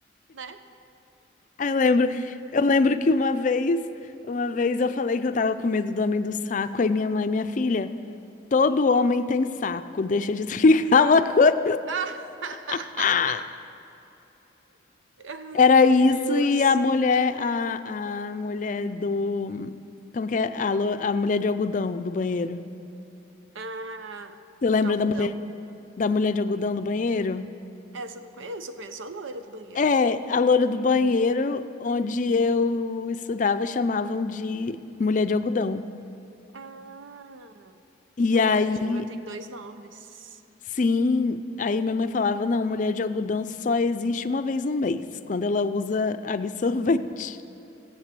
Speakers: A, on the right; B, on the left.
A: né?
B: Eu lembro, eu lembro que uma vez, uma vez eu falei que eu tava com medo do homem do saco, aí minha mãe, minha filha, todo homem tem saco, deixa de explicar <laughs> uma coisa.
A: <laughs>
B: Ah!
A: Ai,
B: Era
A: meu
B: isso
A: Deus.
B: e a mulher, a, a mulher do, como que é? A, lo- a mulher de algodão do banheiro.
A: Ah,
B: Você lembra
A: do algodão?
B: da mulher, da mulher de algodão do banheiro?
A: Essa eu não conheço, eu conheço a loira do banheiro.
B: É, a loura do banheiro, onde eu estudava, chamavam de mulher de algodão.
A: Ah.
B: E
A: Olha,
B: aí
A: a Dilma tem dois nomes.
B: Sim, aí minha mãe falava, não, mulher de algodão só existe uma vez no mês, quando ela usa absorvente. <laughs>